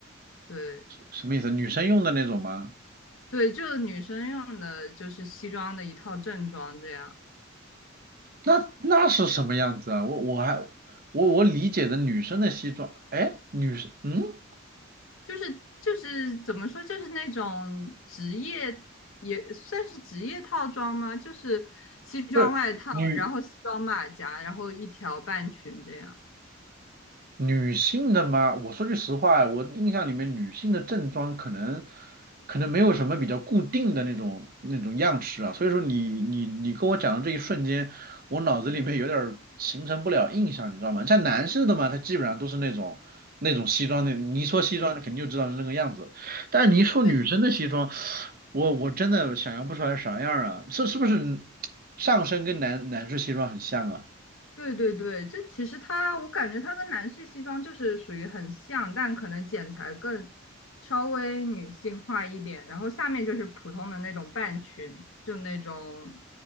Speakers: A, on the left (about 80°); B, on the right (about 45°).
A: 对
B: 什么意思？女生用的那种吗？
A: 对，就是女生用的，就是西装的一套正装，这样
B: 那那是什么样子啊？我我还我我理解的女生的西装，哎，女生嗯，
A: 就是就是怎么说，就是那种职业也算是职业套装吗？就是西装外套，
B: 不是女。
A: 然后西装马甲，然后一条半裙这样。
B: 女性的吗？我说句实话，我印象里面女性的正装可能可能没有什么比较固定的那种那种样式啊，所以说你你你跟我讲的这一瞬间，我脑子里面有点儿形成不了印象，你知道吗？像男士的嘛，他基本上都是那种那种西装的，你一说西装，肯定就知道是那个样子，但是你一说女生的西装，
A: 对，
B: 我我真的想象不出来啥样啊，是是不是上身跟男男士西装很像啊？
A: 对对对，就其实它，我感觉它跟男士西装就是属于很像，但可能剪裁更稍微女性化一点，然后下面就是普通的那种半裙，就那种